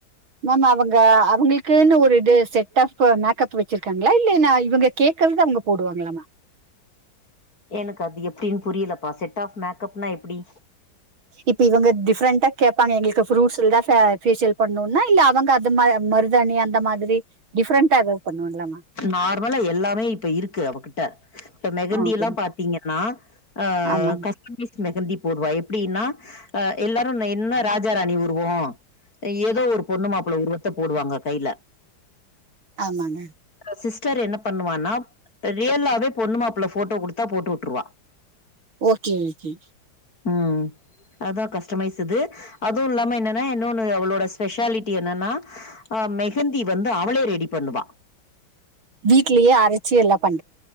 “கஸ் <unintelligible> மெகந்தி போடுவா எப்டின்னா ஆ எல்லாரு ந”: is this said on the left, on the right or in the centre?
Left